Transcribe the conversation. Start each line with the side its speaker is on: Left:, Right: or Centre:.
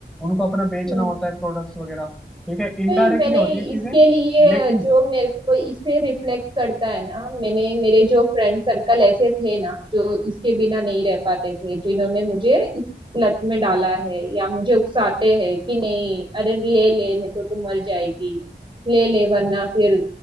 Centre: उनको अपना बेचना
Right: <laughs>
Centre: होता है प्रोडक्ट्स वगैरह ठीक है इनडायरेक्टली
Right: नहीं मैंने
Centre: होती है चीजें
Right: इसके लिए
Centre: लेकिन
Right: जो मेरे को इसे रिफ्लेक्ट करता है ना मैंने मेरे जो फ्रेंड सर्कल ऐसे थे ना जो इसके बिना नहीं रह पाते थे जिन्होंने मुझे इस लत में डाला है या मुझे उकसाते हैं कि नहीं अरे ले ले नहीं तो तू मर जाएगी ले ले वरना फिर